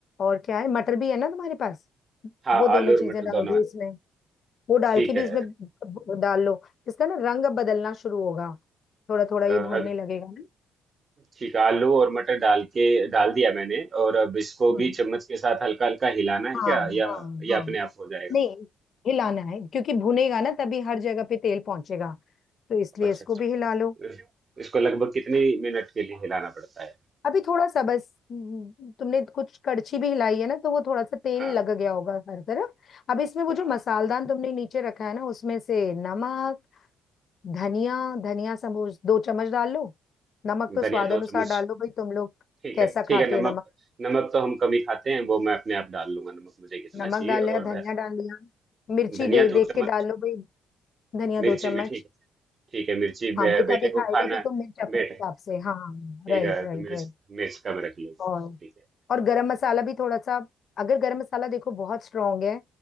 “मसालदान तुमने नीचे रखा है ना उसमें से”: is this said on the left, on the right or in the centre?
Left